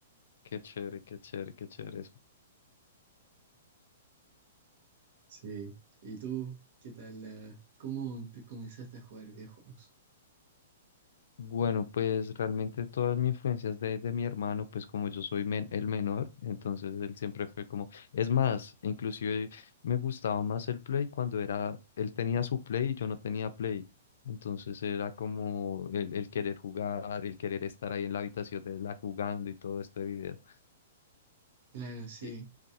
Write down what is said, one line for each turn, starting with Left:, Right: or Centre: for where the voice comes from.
Left: qué chévere, qué chévere, qué chévere.
Right: Sí. ¿Y tú qué tal? ah, ¿Cómo empe- comenzaste a jugar videojuegos?
Left: Bueno, pues realmente todas mis influencias de, de mi hermano, pues como yo soy men- el menor, entonces él siempre fue como, es más, inclusive me gustaba más el Play cuando era, él tenía su Play y yo no tenía Play, entonces era como el, el querer jugar, el querer estar ahí en la habitación de la jugando y todo este video.
Right: Claro, sí.
Left: Y,